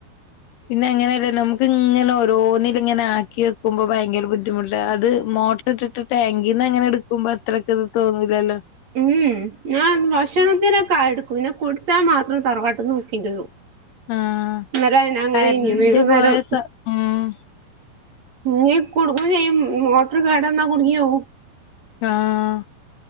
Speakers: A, on the left; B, on the right.
A: പിന്നെ അങ്ങനെല്ലേ നമുക്ക് ഇങ്ങനെ ഓരോന്നില് ഇങ്ങനെ ആക്കി വെക്കുമ്പോ ഭയങ്കര ബുദ്ധിമുട്ട അത് മോ ട്രിട്ടിട്ട് ടാങ്കീന്ന് അങ്ങനെ എടുക്കുമ്പോ അത്രക്കെ അത് തോന്നൂല്ലല്ലോ
B: ഉം ഞാൻ ഭക്ഷണത്തിനൊക്കെ എടുക്കും പിന്നെ കുടിച്ചാൻ മാത്രം തറവാട്ട്ന്ന് <unintelligible>
A: ആഹ്
B: എന്നാ അങ്ങനെ
A: കരന്റ്
B: ഇനി വേകുന്നരം
A: പോയ സ ഉം
B: ന് കുടുങ്ങുകയും ചെയ്യും മോട്ടോർ കേടന്ന കുടുങ്ങിയോവും
A: ആഹ്